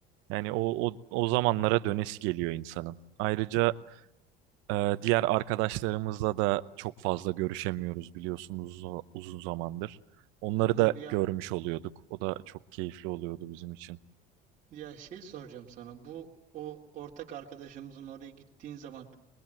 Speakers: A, on the right; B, on the right.
A: Yani o o, o zamanlara dönesi geliyor insanın. Ayrıca ee, diğer arkadaşlarımızla da çok fazla görüşemiyoruz biliyorsunuz o- uzun zamandır. Onları da
B: Ya,
A: görmüş oluyorduk. O da çok keyifli oluyordu bizim için.
B: ya şey soracağım sana. Bu o ortak arkadaşımızın oraya gittiğin zaman